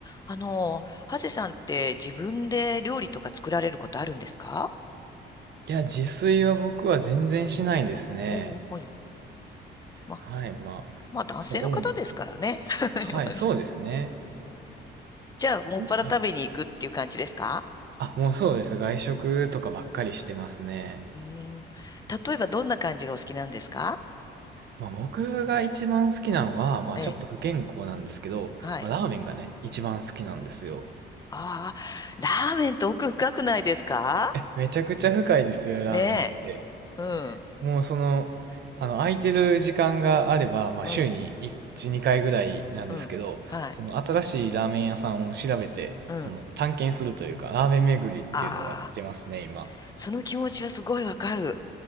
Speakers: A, on the left (about 20°); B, on the right (about 55°).
A: あの、ハゼさんって自分で料理とか作られることあるんですか
B: いや、自炊は僕は全然しないですね。
A: おおー、はい。ま、
B: はい、まあ、
A: まあ男性の方ですからね。
B: そう、主に。
A: <laughs>
B: はい、
A: 今に
B: そうですね。
A: じゃあ、もっぱら食べに行くっていう感じですか
B: はい。あ、もうそうです。外食とかばっかりしてますね。
A: うーん。例えばどんな感じがお好きなんですか
B: まあ僕が一番好きなのは、まあちょっと不健康なんですけど、
A: ええ、はい。
B: まあ、ラーメンがね、一番好きなんですよ。
A: ああ、ラーメンって奥深くないですか
B: え、めちゃくちゃ深いですよ、ラーメンって。
A: ねえ。うん、
B: もうその、あの、空いてる時間があれば、まあ、
A: うん、
B: 週に1、2回ぐらいなんですけど、
A: うん。はい、
B: その新しいラーメン屋さんを調べて、
A: うん。
B: その探検するというか、ラーメン巡りっていうのをやってますね、
A: ああ、
B: 今。
A: その気持ちはすごいわかる。